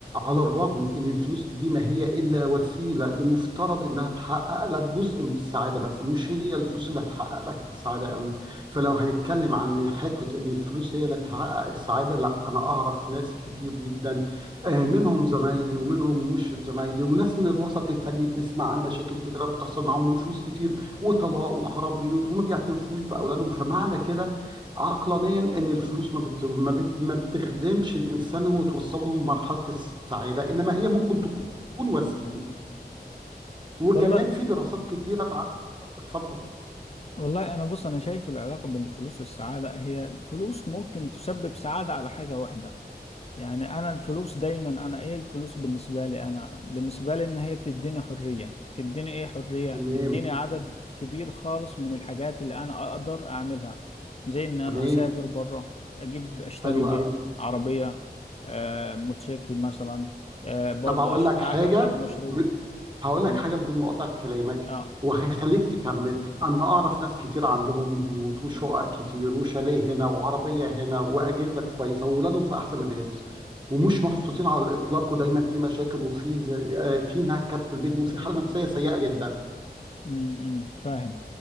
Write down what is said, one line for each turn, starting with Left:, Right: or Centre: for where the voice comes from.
Right: على الرغم ان الفلوس دي ما هي الا وسيله المفترض انها تحقق لك جزء من السعاده بس مش هي الفلوس اللي هتحقق لك السعاده قوي فلو هنتكلم عن حته ان الفلوس هي اللي تحقق السعاده لا انا اعرف ناس كتير جدا آه، منهم زمايلي ومنهم مش زمايلي وناس من الوسط الفني بنسمع عن مشاكل كتيرة بتحصل معاهم وفلوس كتير وطلاق وخراب بيوت وما بيعترفوش بأولادهم فمعنى كده عقلانيا إن الفلوس ما بت... ما بت... ما بتخدمش الإنسان وتوصله لمرحلة السعادة إنما هي ممكن تكون وسيلة وكمان
Left: والله
Right: في دراسات كتيرة تع... اتفضل
Left: والله انا بص انا شايف العلاقة بين الفلوس والسعادة هي الفلوس ممكن تسبب سعادة على حاجة واحدة يعني انا الفلوس دايما انا ايه الفلوس بالنسبه لي انا بالنسبه لي ان هي بتديني حريه تديني ايه حريه
Right: تمام
Left: تديني عدد كبير خالص من الحاجات اللي انا اقدر اعملها زي ان انا
Right: تمام
Left: اسافر بره اجيب اشتري
Right: حلو
Left: بيت
Right: قوي
Left: عربيه آه موتوسيكل مثلا آه برضو
Right: طب أقول
Left: أش...
Right: لك
Left: افتح
Right: حاجة
Left: مشروع
Right: هقول لك
Left: تمام
Right: حاجه بدون ما اقطع كلامك
Left: اه
Right: وهخليك تكمل انا اعرف ناس كتير عندهم بيوت وشقق كتير وشاليه هنا وعربيه هنا واجهزه كويسه واولادهم في احسن مدارس ومش مبسوطين على الاطلاق ودايما في مشاكل وفي ز... آه، في نكر في البيت وفي حاله نفسيه سيئه جدا
Left: امم فاهم